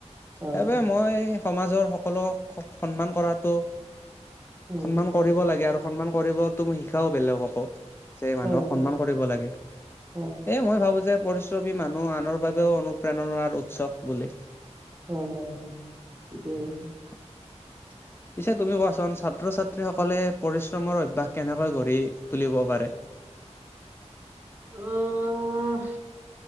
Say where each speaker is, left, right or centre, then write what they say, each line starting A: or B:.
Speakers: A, on the left; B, on the right.
A: সেইবাবে
B: হয়,
A: মই সমাজৰ সকলক সন্মান কৰাটো
B: উম,
A: সন্মান কৰিব লাগে আৰু সন্মান কৰিবটোও মই শিকাও বেলেগকো। যে মানুহক
B: হয়, হয়,
A: সন্মান কৰিব লাগে।
B: হয়,
A: এ, মই ভাবো যে যে পৰিশ্ৰমী মানুহ আনৰ বাবেও অনুপ্ৰেৰণাৰ উৎস বুলি।
B: হয় হয় হয় ঠিকে কৈছে
A: উ পিছে তুমি কোৱাচোন ছাত্ৰ ছাত্ৰীসকলে পৰিশ্ৰমৰ অভ্যাস কেনেকৈ গঢ়ি তুলিব পাৰে
B: অ